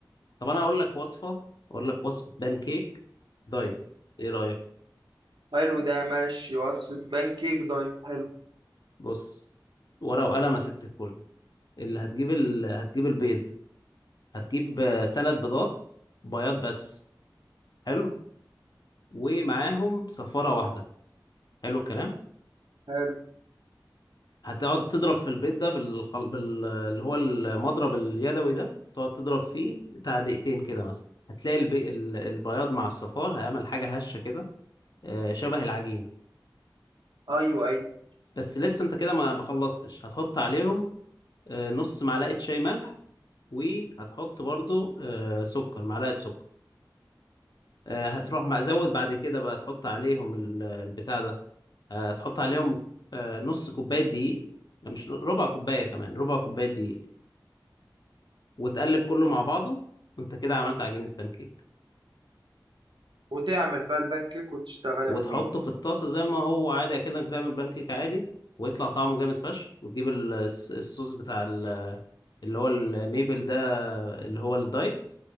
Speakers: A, on the left (about 60°); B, on the right (about 80°).
A: طب انا اقول لك وصفة اقول لك وصفة بان كيك دايت ايه رأيك
B: حلو ده ماشي وصفة بان كيك دايت حلو
A: بص ورقة وقلم يا ست الكل اللي هتجيب ال... هتجيب البيض هتجيب ثلاث بيضات بياض بس حلو ومعاهم صفارة واحدة حلو الكلام
B: حلو
A: هتقعد تضرب في البيض ده بالخل... بال... اللي هو المضرب اليدوي ده تقعد تضرب فيه بتاع دقيقتين كده مثلا هتلاقي البي... ال- البياض مع الصفار هيعمل حاجة هشة كده آه، شبه العجينة
B: أيوه أيوه
A: بس لسه انت كده ما ما خلصتش هتحط عليهم آه، نص معلقة شاي ملح وهتحط برضو آه، سكر معلقة سكر آه، هتروح مزود بعد كده بقى تحط عليهم ال- البتاع ده آه، تحط عليهم آه، نص كوباية دقيق لا مش ربع كوباية كمان ربع كوباية دقيق وتقلب كله مع بعضه وانت كده عملت عجينة بانكيك
B: وتعمل بقى البان كيك وتشتغلها
A: وتحطه
B: فيه
A: في الطاسة زي ما هو عادي كأنك بتعمل بانكيك عادي ويطلع طعمه جامد فشخ وتجيب ال- الص- الصوص بتاع ال- اللي هو الميبل ده اللي هو الدايت